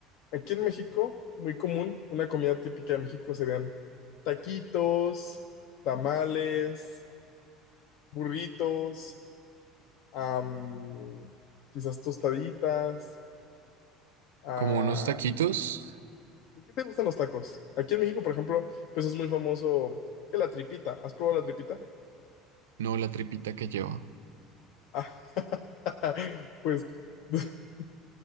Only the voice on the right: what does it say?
como unos taquitos,
no la tripita que lleva.